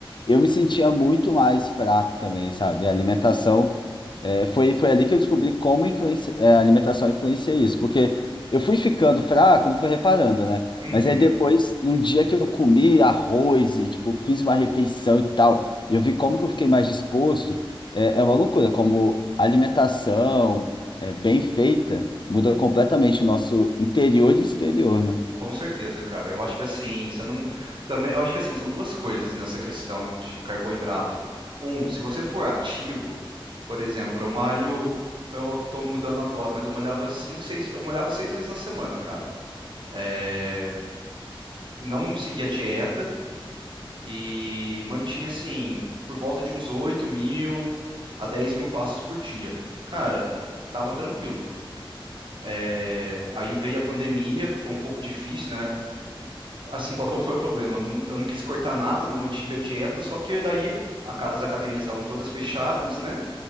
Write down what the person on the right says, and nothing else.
Uhum.
Com certeza, cara. Eu acho que assim, você não também, eu acho que assim, são duas coisas nessa questão de carboidrato. Um, se você for ativo, por exemplo, eu malho, eu tô mudando agora, mas eu malhava cinco, seis, eu malhava seis vezes na semana, cara. É, não seguia dieta e mantinha assim, por volta de uns 8 mil a 10 mil passos por dia. Cara, tava tranquilo. É, aí veio a pandemia, ficou um pouco difícil, né? assim, qual que foi o problema? Eu não, eu não quis cortar nada, né? Eu mantive a dieta, só que daí a ca- as academias estavam todas fechadas, né?